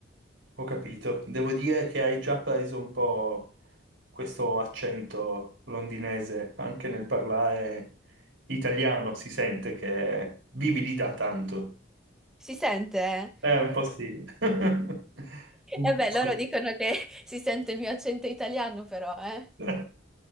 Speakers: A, on the right; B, in the centre.
A: Ho capito. Devo dire che hai già preso un po' questo accento londinese anche nel parlare italiano, si sente che vivi lì da tanto.
B: Si sente? eh?
A: Eh, un po' sì. <laughs> Un
B: E
A: po'
B: beh, loro
A: sì.
B: dicono che <laughs> si sente il mio accento italiano, però, eh.
A: <laughs>